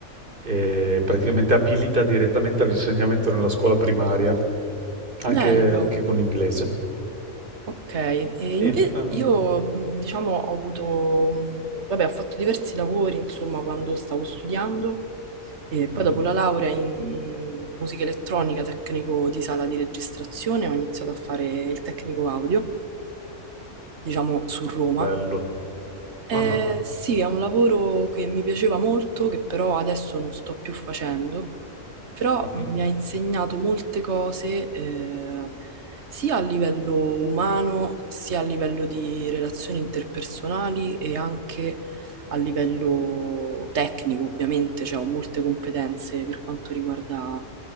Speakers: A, on the right; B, on the right.
A: eh, praticamente abilita direttamente all'insegnamento nella scuola primaria, anche,
B: Bello.
A: anche con l'inglese.
B: Ok, e inve-
A: Sì, ehm,
B: io mh, diciamo ho avuto, un- vabbè, ho fatto diversi lavori, insomma, quando stavo studiando e
A: Mhm.
B: poi dopo la laurea in musica elettronica, tecnico di sala di registrazione, ho iniziato a fare il tecnico audio, diciamo su Roma,
A: bello.
B: eh,
A: Ah, ah,
B: sì, è un lavoro che mi piaceva molto, che però adesso non sto più facendo, però
A: mhm,
B: mi ha insegnato molte cose, eh, sia a livello umano, sia a livello di relazioni interpersonali e anche a livello tecnico, ovviamente, cioè ho molte competenze per quanto riguarda